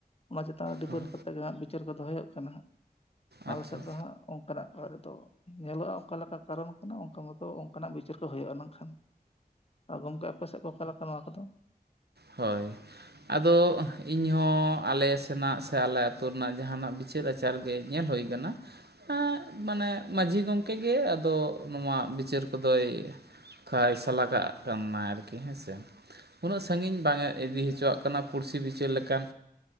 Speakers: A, on the left (about 35°); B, on the right (about 75°).
A: ᱚᱱᱟ ᱪᱮᱛᱟᱱ ᱨᱮ ᱰᱤᱯᱮᱱᱰ
B: ᱦᱮᱸ
A: ᱠᱟᱛᱮᱫ ᱜᱮ ᱦᱟᱸᱜ ᱵᱤᱪᱟᱹᱨ ᱠᱚᱫᱚ ᱦᱩᱭᱩᱜ ᱠᱟᱱᱟ ᱦᱟᱸᱜ᱾ ᱟᱞᱮ
B: ᱟᱪᱪᱷᱟ
A: ᱥᱮᱫ ᱫᱚ ᱦᱟᱸᱜ ᱚᱱᱠᱟᱱᱟᱜ ᱠᱚ ᱨᱮᱫᱚᱚ ᱧᱮᱞᱚᱜᱼᱟ ᱚᱠᱟᱞᱮᱠᱟ ᱠᱟᱨᱚᱱ ᱠᱟᱱᱟ ᱚᱱᱠᱟ ᱢᱚᱛᱚ ᱚᱱᱠᱟᱱᱟᱜ ᱵᱤᱪᱟᱹᱨ ᱠᱚ ᱦᱩᱭᱩᱜᱼᱟ ᱱᱟᱜᱠᱷᱟᱱ᱾ ᱜᱚᱢᱠᱮ ᱟᱯᱮ ᱥᱮᱫ ᱠᱚ ᱚᱠᱟ ᱞᱮᱠᱟ ᱱᱚᱣᱟ ᱠᱚᱫᱚ?.
B: ᱦᱳᱭ, ᱟᱫᱚ ᱤᱧᱦᱚᱸ ᱟᱞᱮ ᱥᱮᱱᱟᱜ ᱥᱮ ᱟᱞᱮ ᱟᱹᱛᱩ ᱨᱮᱱᱟᱜ ᱡᱟᱦᱟᱱᱟᱜ ᱵᱤᱪᱟᱹᱨ ᱟᱪᱟᱨ ᱜᱮ ᱧᱮᱞ ᱦᱩᱭ ᱠᱟᱱᱟ᱾ ᱦᱮᱸᱜ ᱢᱟᱱᱮ ᱢᱟᱹᱡᱷᱤ ᱜᱚᱢᱠᱮ ᱜᱮ ᱟᱫᱚ ᱱᱚᱣᱟ ᱵᱤᱪᱟᱹᱨ ᱠᱚᱫᱚᱭ ᱯᱷᱟᱭᱥᱟ ᱞᱟᱜᱟᱹᱜ ᱠᱟᱱᱟᱭ ᱟᱨᱠᱤ ᱦᱮᱸᱥᱮ, ᱩᱱᱟᱹᱜ ᱥᱟᱺᱜᱤᱧ ᱵᱟᱝ ᱮ ᱤᱫᱤ ᱦᱚᱪᱚᱣᱟᱜ ᱠᱟᱱᱟ ᱯᱩᱲᱥᱤ ᱵᱤᱪᱟᱹᱨ ᱞᱮᱠᱟᱱ,